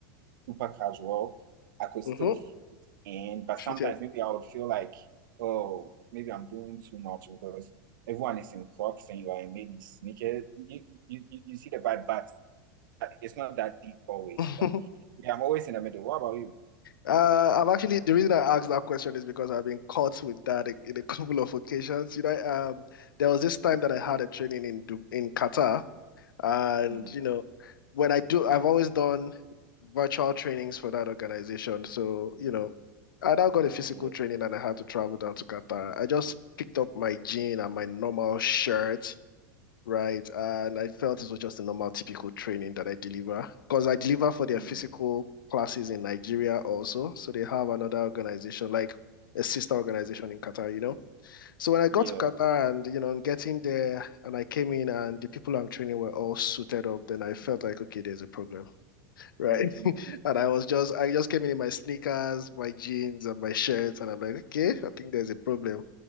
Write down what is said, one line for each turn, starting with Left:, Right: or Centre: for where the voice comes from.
Right: super casual. I could still
Left: Mm-hmm.
Right: fit in, but
Left: Fitting.
Right: sometimes maybe I would feel like, oh, maybe I'm doing too much because everyone is in Crocs and you are in maybe sneakers. You you you you see the vibe, but it's not that deep always.
Left: Mm-hmm.
Right: But
Left: <laughs>
Right: yeah, I'm always in the middle. What about you?
Left: Uh, I've actually the reason I asked that question is because I've been caught with that in a couple of occasions. You know, um, there was this time
Right: <laughs>
Left: that I had a training in Du- in Qatar. And
Right: hmm
Left: you know, when I do, I've always done virtual trainings for that organization. So, you know, I now got a physical
Right: Yeah.
Left: training and I had to travel down to Qatar. I just picked up my jean and my normal shirt, right? And I felt it was just a normal, typical training that I deliver because I deliver for their
Right: Mm.
Left: physical classes in Nigeria also. So they have another organization, like a sister organization in Qatar, you know? So when I got
Right: Yeah.
Left: to Qatar and you know, I'm getting there and I came in and the people I'm training were all suited up, then I felt like, okay, there's a problem, right?
Right: hmm
Left: <laughs> And I was just, I just came in in my sneakers, my jeans, and my shirt, and I'm like, okay, I think there's a problem.